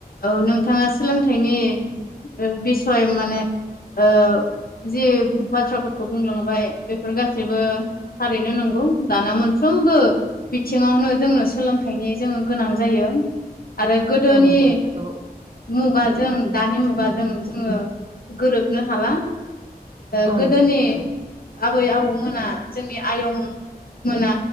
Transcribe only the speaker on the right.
औ नंगौ नोंथां औ
औ
नंगौ नोंथां